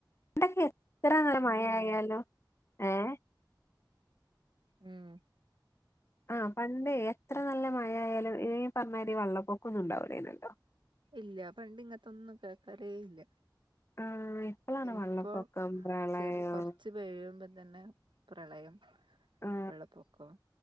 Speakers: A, on the left; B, on the right.
A: പണ്ടക്കെ എത്ര നേരം മഴയാലും
B: ഉം
A: ഏഹ്
B: ഉം
A: ആ പണ്ടേ എത്ര നല്ല മഴയാലും ഇ പറഞ്ഞമാതിരി വെള്ളപ്പൊക്കൊ ഒന്നും ഉണ്ടാവൂല്ലല്ലോ.
B: ഇല്ല പണ്ട ഇങ്ങത്തെ ഒന്നും കേൾക്കറേ ഇല്ല
A: ആ ഇപ്പോളാണ്
B: ഇപ്പൊ
A: വെള്ളപ്പൊക്കം പ്രളയം
B: ചെറി കുറച് ഇത് പെയ്യുമ്പതന്നെ പ്രളയം
A: ആ
B: വെള്ളപ്പൊക്കം